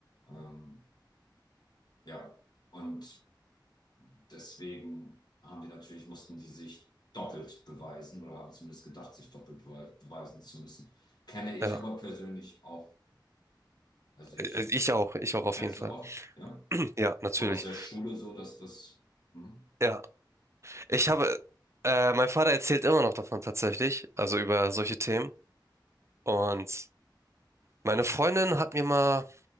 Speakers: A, on the left (about 60°); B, on the right (about 35°).
A: Ähm, ja, und deswegen haben die natürlich, mussten die sich doppelt beweisen oder haben zumindest gedacht, sich doppelt bewe- beweisen zu müssen. Kenne ich
B: Ja,
A: aber persönlich auch Also ich
B: Äh, ich auch, ich auch auf
A: kennst
B: jeden Fall.
A: du auch, ja?
B: <clears throat> Ja, natürlich.
A: Vor- Aus der Schule so, dass das, hm,
B: Ja,
A: ja.
B: ich habe, äh, mein Vater erzählt immer noch davon tatsächlich, also über solche Themen. Und meine Freundin hat mir mal,